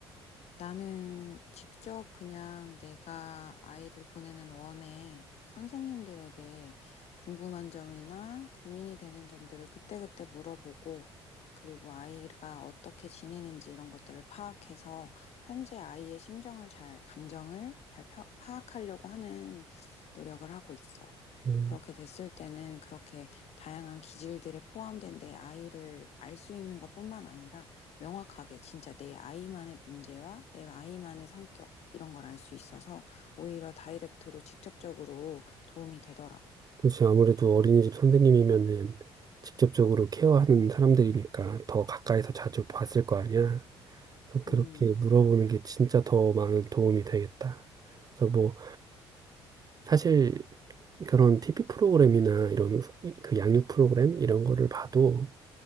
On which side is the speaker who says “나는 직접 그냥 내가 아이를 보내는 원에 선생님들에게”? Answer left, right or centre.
Left